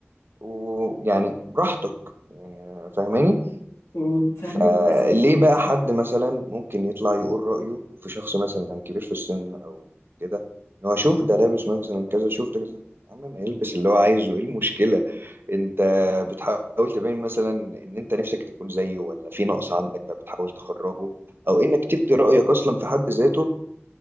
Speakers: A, on the right; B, on the left.
A: ويعني براحتك يعني فاهماني
B: مم، فهمك
A: فليه
B: بس
A: بقى حد مثلا ممكن يطلع يقول رأيه في شخص مثلا كبير في السن أو كده إن هو شوف ده لابس مثلا كذا شوف ده كذا يا عم ما يلبس اللي هو عايزه إيه المشكلة أنت بتحاول تبين مثلا إن أنت نفسك تكون زيه ولا في نقص عندك فبتحاول تخرجه أو إنك تبدي رأيك أصلا في حد ذاته